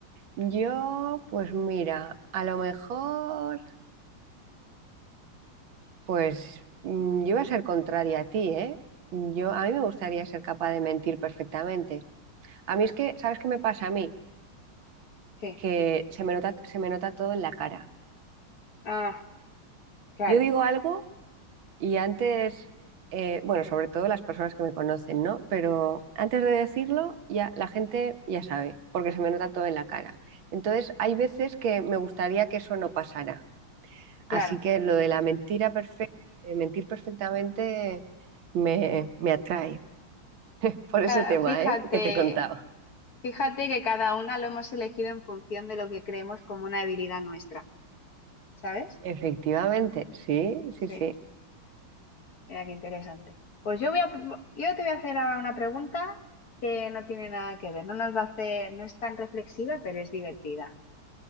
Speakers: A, on the right (about 70°); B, on the left (about 50°).
A: Yo, pues mira, a lo mejor Pues mm, yo iba a ser contraria a ti, ¿eh? Yo, a mí me gustaría ser capaz de mentir perfectamente. A mí es que, ¿sabes qué me pasa a mí?
B: Sí.
A: Que se me nota, se me nota todo en la cara.
B: Ah, claro,
A: Yo digo algo y antes, eh, bueno, sobre todo las personas que me conocen, ¿no? Pero antes de decirlo, ya la gente ya sabe, porque se me nota todo en la cara. Entonces, hay veces que me gustaría que eso no pasara.
B: claro.
A: Así que lo de la mentira perfecta, mentir perfectamente me, me atrae. por
B: Ca-
A: ese tema,
B: Fíjate,
A: ¿eh? Que te contaba.
B: fíjate que cada una lo hemos elegido en función de lo que creemos como una debilidad nuestra, ¿sabes?
A: Efectivamente, sí,
B: Sí,
A: sí, sí.
B: mira qué interesante. Pues yo voy a, yo te voy a hacer ahora una pregunta que no tiene nada que ver, no nos va a hacer, no es tan reflexiva, pero es divertida.